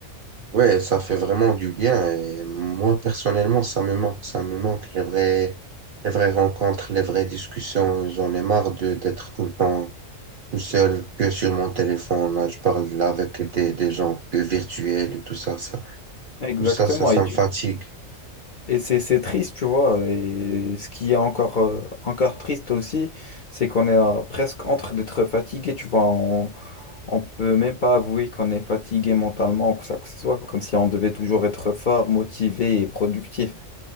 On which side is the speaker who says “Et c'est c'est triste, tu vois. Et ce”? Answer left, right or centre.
Left